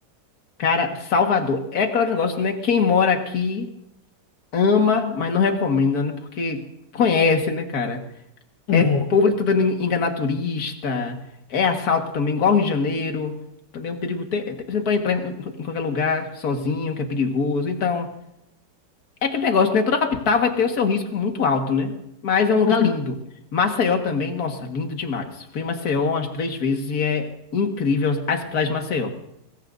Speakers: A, on the left; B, on the left.
A: cara, Salvador. É aquele negócio, né? Quem mora aqui. ama, mas não recomenda, né? Porque conhece, né, cara?
B: É,
A: É povo tá tentando en- enganar turista, é assalto também, igual ao Rio de Janeiro. Também é um perigo. ter- ter- Você não pode entrar em em qualquer lugar sozinho, que é perigoso. Então, é aquele negócio, né? Toda capital vai ter o seu risco muito alto, né? Mas é um lugar
B: com certeza,
A: lindo. Maceió também, nossa, lindo demais. Fui em Maceió umas três vezes e é incrível as as praias de Maceió.